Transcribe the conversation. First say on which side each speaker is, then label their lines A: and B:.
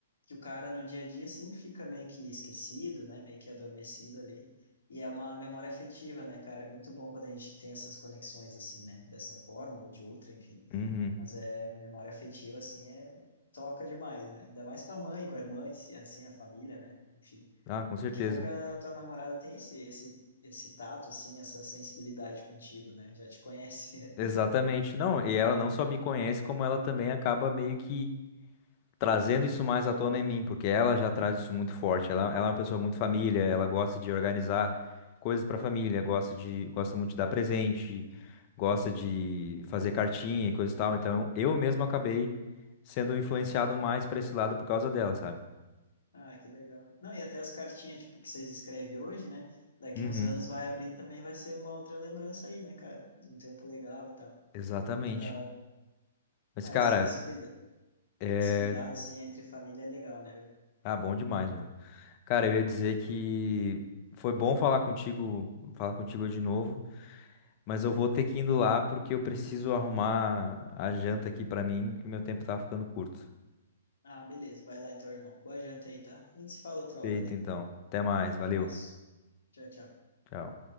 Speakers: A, on the left; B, on the left.
A: que o cara no dia a dia, assim, fica meio que esquecido, né? Meio que adormecido ali. E é uma memória afetiva, né, cara? É muito bom quando a gente tem essas conexões, assim, né? Dessa forma ou de outra, enfim.
B: Uhum.
A: Mas é memória afetiva, assim, é toca demais, né? Ainda mais com a mãe, com a irmã, e se- assim, a família, né? Enfim.
B: Ah, com certeza.
A: E que bom que a tua namorada tem esse, esse, esse tato, assim, essa sensibilidade contigo, né? Já te conhece.
B: Exatamente.
A: <laughs>
B: Não, e ela não só me conhece, como ela também acaba meio que trazendo isso mais à tona em mim, porque ela já traz isso muito forte. Ela, ela é uma pessoa muito família, ela gosta de organizar coisas para família, gosta de, gosta muito de dar presente, gosta de
A: Hum.
B: fazer cartinha e coisa e tal. Então, eu mesmo acabei sendo influenciado
A: Ah,
B: mais para esse lado por causa dela, sabe?
A: ah, que legal. Não, e até as cartinhas, tipo, que vocês escrevem hoje, né? Daqui
B: Uhum,
A: uns anos vai abrir também, vai ser uma outra lembrança aí, né, cara? De um tempo legal e tal.
B: exatamente.
A: Que da hora.
B: Mas,
A: Ah,
B: cara,
A: esse, esse, cuida,
B: é.
A: esse cuidado, assim, entre família é legal, né, velho?
B: Ah, bom demais, mano. Cara, eu ia dizer que foi bom falar contigo, falar contigo de novo, mas eu vou ter que ir indo lá porque eu preciso arrumar a janta aqui pra mim, que meu tempo tá ficando curto.
A: Ah, beleza. Vai lá então, irmão. Boa janta aí, tá? A gente se fala outra
B: Feito
A: hora daí.
B: então. Até mais, valeu.
A: Abraço. Tchau, tchau.
B: Tchau.